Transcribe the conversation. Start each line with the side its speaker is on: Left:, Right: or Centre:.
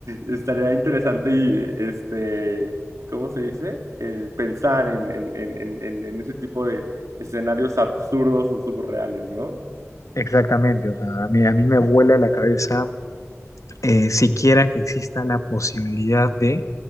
Right: estaría interesante y, eh, este, ¿cómo se dice? Eh, pensar en, en, en, en, en en ese tipo de escenarios absurdos o subreales, ¿no?
Left: Exactamente, o sea, a mí, a mí me vuela la cabeza eh, siquiera que exista la posibilidad de